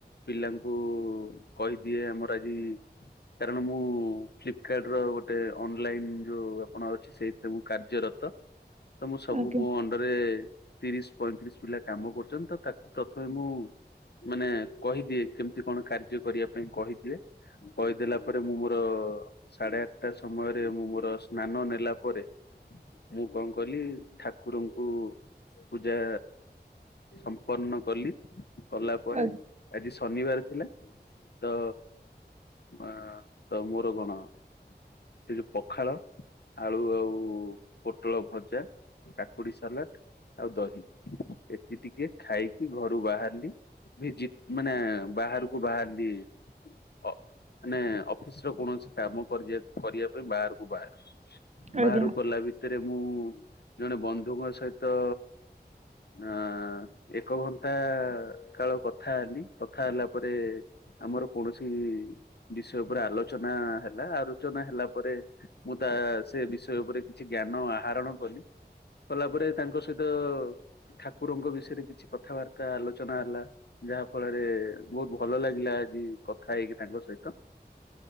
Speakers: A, on the left (about 70°); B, on the right (about 40°).
A: ପିଲାଙ୍କୁ କହିଦିଏ ଆମର ଆଜି। କାରଣ ମୁଁ ଫ୍ଲିପ୍କାର୍ଟ ର ଗୋଟେ ଅନ୍ ଲାଇନ୍ ଯୋଉ ଆପଣ ଅଛି ସେଇଥିରେ ମୁଁ କଯ୍ୟରତ ତ ମୁଁ ସବୁ
B: ଆଜ୍ଞା।
A: ମୋ ପରେ ତିରିଶ ପଇଁତିରିଶ ପିଲା କାମ କରୁଛନ୍ତି ତ ତାକୁ ପ୍ରଥମେ ମୁଁ ମାନେ। ଦିଏ କେମତି କଣ କାର୍ଯ୍ୟ କରିବା ପାଇଁ କହିଦିଏ। କହିଦେଲା ପରେ ମୁଁ ମୋର ସାଢେ ଆଠଟା ସମୟରେ ମୁଁ ମୋର ସ୍ନାନ ନେଲା ପରେ। ମୁଁ କଣ କଲି ଠା କୁରଙ୍କୁ ପୂଜା ସମ୍ପନ୍ନ କଲି। କଲା ପରେ
B: ଆ
A: ଆଜି ଶନିବାର ଥିଲା ତ। ଆ ତ ମୋର କଣ। ସେ ଯୋଉ ପଖାଳ ଆଳୁ ଆଉ ପୋଟଳ ଭଜା। କାକୁଡି ସାଲାଟ୍। ଆଉ ଦହି ଏତିି ଟିକେ ଖାଇକି ଘରୁ ବାହାରିଲି ଭିଜି। ମାନେ ବାହାରକୁ ବାହାରଲି। ଅ ମାନେ ଅଫିସ୍ ର କୌଣସି କାମ କର୍ଯ୍ୟାତ୍ କରିବା ପାଇଁ ବାହାରକୁ ବାହାରଲି।
B: ଆଜ୍ଞା
A: ବାହାରୁ ଗଲା ଭିତେରେ ମୁଁ ଜଣେ ବନ୍ଧୁଙ୍କ ସହିତ। ଆଁ ଏକ ଘଣ୍ଟା କାଳ କ ଥା ହେଲି କଥା ହେଲା ପରେ। ଆମର କୌଣସି ବିଷୟ ଉପରେ ଆଲୋଚନା ହେଲା ଆଲୋଚନା ହେଲା ପରେ। ମୁଁ ତା ସେ ବିଷୟ ଉପରେ କିଛି ଜ୍ଞାନ ଆହରଣ କଲି। କଲା ପରେ ତାଙ୍କ ସହିତ ଠାକୁରଙ୍କ ବିଷୟରେ କିଛି କଥାବାର୍ତ୍ତା ଆଲୋଚନା ହେଲା। ଯାହା ଫଳରେ ବହୁତ୍ ଭଲ ଲାଗିଲା ଆଜି କଥା ହେଇକି ତାଙ୍କ ସହିତ।